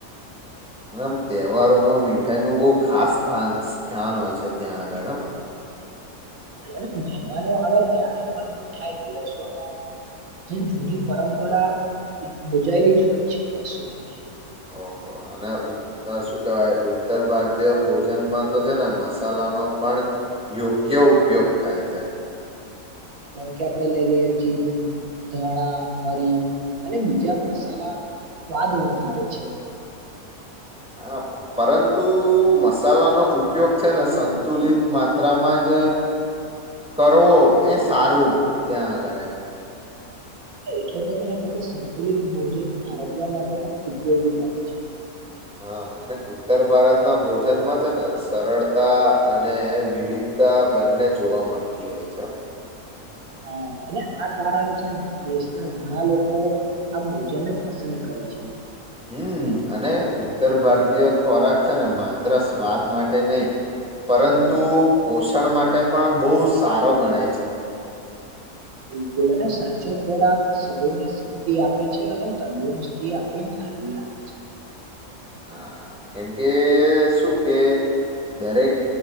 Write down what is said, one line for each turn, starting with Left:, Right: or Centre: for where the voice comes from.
Centre: આમ, તહેવારોમાં મીઠાઈનું બઉ ખાસ સ્થાન સ્થયાન હોય છે ત્યાં આગળ હો.
Right: <unintelligible> અને મહેમાનો આવે ને ત્યારે પણ મીઠાઈ પીરસવામાં જે જૂની પરંપરા યોજાયેલી જ હોય છે વર્ષો જૂની.
Centre: ઓહો, અને ઉ અ શું કેવાય ઉત્તર ભારતીય ભોજનમાં તો છે ને મસા લાનો પણ યોગ્ય ઉપયોગ થાય છે.
Right: જેમ કે, આપડે લઈ લઈએ જીરું, ધાણા, મરી અને બીજા મસાલા સ્વાદ વધારે છે.
Centre: હા, પરંતુ મસાલાનો ઉપયોગ છે ને સંતુલિત માત્રામાં જ કરવો એ સારું ત્યાં આગળ.
Right: હન, એટલે તો કે છે કે સંતુલિત ભોજન આરોગ્ય માટે પણ ઉપયોગી બને છે.
Centre: હા અને ઉત્તર ભારતના ભોજનમાં છે ને સરળતા અને વિવિધ તા બંને જોવા મળતી હોય છે હો.
Right: હા, અને આ કારણે છે ને દેશના ઘણા લોકો આ ભોજનને પસંદ કરે <unintelligible> છે.
Centre: હમ અને ઉત્તર ભારતીય ખોરાક છે ને માત્ર સ્વાદ માટે નઈ પરંતુ પોષણ માટે પણ બઉ સારો ગણાય છે.
Right: બિલકુલ અને સાચો ખોરાક શરીરને શક્તિ આપે છે. અને તંદુરસ્તી આપડી જાળવી વી રાખે છે.
Centre: હા કેમ કે શું કે. દરેક